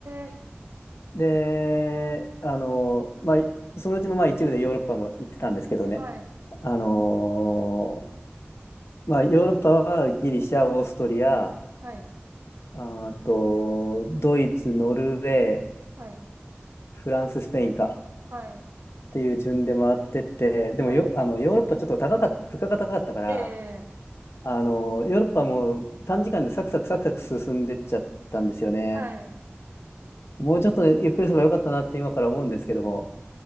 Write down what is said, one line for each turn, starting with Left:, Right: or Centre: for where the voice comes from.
Right: え。
Left: で、あの、まあ、そのうちのまあ一部でヨーロッパも行ってたんですけどね、
Right: はい。
Left: あの、まあ、ヨーロッパはギリシャ、オーストリア、
Right: はい。
Left: あと、ドイツ、ノルウェー、
Right: はい。
Left: フランス、スペインか
Right: はい。
Left: っていう順で回ってって、でもよ、
Right: はい。
Left: あの、ヨーロッパちょっと高かった物価が高かったから、
Right: ええ
Left: あの、ヨーロッパも短時間でサクサクサクサク進んでっちゃったんですよね。
Right: はい。
Left: もうちょっとゆっくりすればよかったなって今から思うんですけども。